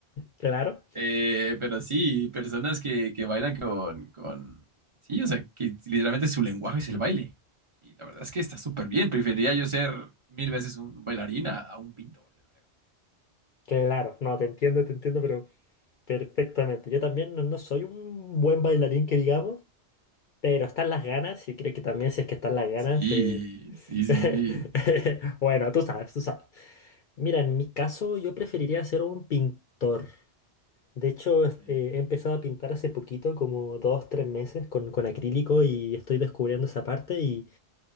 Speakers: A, on the left; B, on the right.
A: Claro,
B: eh, pero sí, personas que, que bailan con, con, sí, o sea, que literalmente su lenguaje es el baile. Y la verdad es que está súper bien, preferiría yo ser mil veces un bailarín a, a un pintor, yo creo.
A: claro, no, te entiendo, te entiendo, pero... Perfectamente. Yo también no, no soy un buen bailarín que digamos, pero están las ganas y creo que también si es que están las ganas...
B: Sí,
A: eh,
B: sí, sí,
A: <laughs>
B: sí.
A: Bueno, tú sabes, tú sabes. Mira, en mi caso yo preferiría ser un pintor. De hecho, es-
B: Ok.
A: eh, he empezado a pintar hace poquito, como dos, tres meses, con, con acrílico y estoy descubriendo esa parte y,